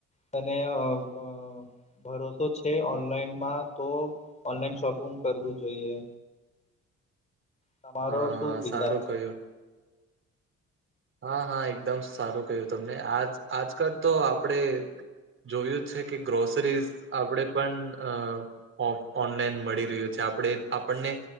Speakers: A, on the left (about 25°); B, on the right (about 40°).
A: તને આ ફ ભરોસો છે ઓનલાઈનમાં તો ઓનલાઈન શોપિંગ કરવું જોઈએ. તમારો
B: હા
A: શું
B: હા
A: વિચાર
B: સારું
A: છે.
B: કહ્યું હા હા એકદમ સારું ક્યું તમને આ આજકાલ તો આપણેે જોયું જ છે કે ગ્રોસરીઝ આપણે પણ અ ઓનલાઈન મળી રહ્યું છે આપણે આપણને